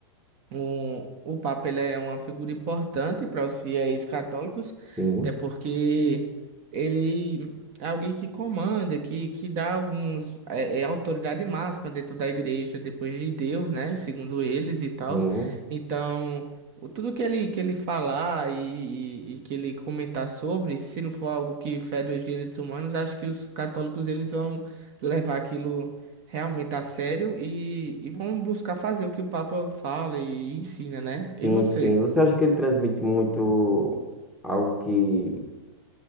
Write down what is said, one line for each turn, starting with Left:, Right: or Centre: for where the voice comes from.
Right: O, o Papa ele é uma figura importante para os fiéis católicos,
Centre: Sim,
Right: até porque ele é alguém que comanda, que, que dá alguns, é, é autoridade máxima dentro da igreja, depois de Deus, né? Segundo eles e tal.
Centre: sim,
Right: Então, o- tudo que ele, que ele falar e, e, e que ele comentar sobre, se não for algo que fere os direitos humanos, acho que os católicos eles vão levar aquilo realmente a sério e, e vão buscar fazer o que o Papa fala e ensina, né?
Centre: sim,
Right: E você?
Centre: sim. Você acha que ele transmite muito algo que,